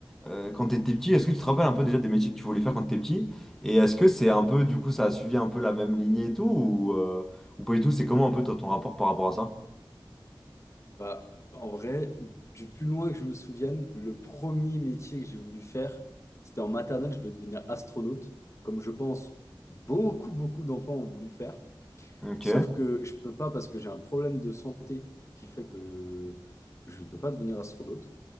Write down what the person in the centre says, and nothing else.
euh, quand t'étais petit, est-ce que tu te rappelles un peu déjà des métiers que tu voulais faire quand t'étais petit? Et est-ce que c'est un peu, du coup, ça a suivi un peu la même lignée et tout, ou, euh, ou pas du tout, c'est comment un peu toi, ton rapport par rapport à ça?
Ok,